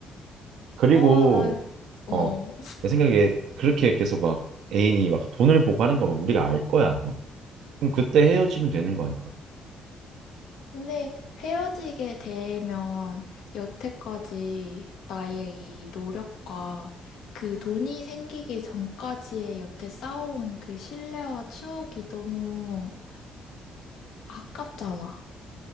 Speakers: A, on the right; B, on the left.
A: 그리고
B: 아, 난, 어,
A: 어, 내 생각에 그렇게 계속 막 애인이 막 돈을 보고 하는 거면 우리가 알 거야. 막. 그럼 그때 헤어지면 되는 거 아닐까?
B: 근데 헤어지게 되면 여태까지 나의 이 노력과 그 돈이 생기기 전까지의 여태 쌓아온 그 신뢰와 추억이 너무 아깝잖아.